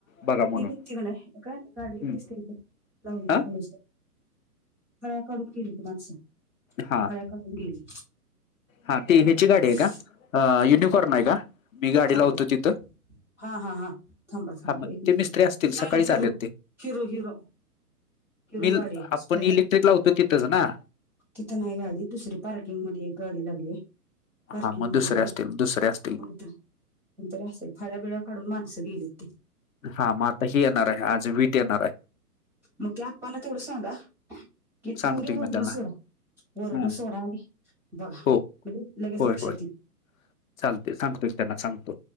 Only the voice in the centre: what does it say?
चिक आहे काय नाही काढ एक
दिसतेथे लावलेली
ग फळ्या काून गेली तुमस
फळ्या काून गेली
फळ्या
काढून
गेली.
थांबा
बघू.
हा हा हा थांब थांब
एक मिनिट
नाही नाही
हिरो
हिरो हिरो हिरो
गाडी आहे
स्प्लेंड
तिथं नाही गाडी दुसरी पार्किंग मध्ये एक गाडी लागली पारक
मोते
ह
होत <inaudible> काय तरी असेल खऱ्याबिळा काढून माणसं गेलीत ते
मग त्या आप्पांना तेवढं सांगा की
तुरे वरण
सोडा
वरण सोडा आणि बघा
म्हणजे लगेच
लक्षात
येई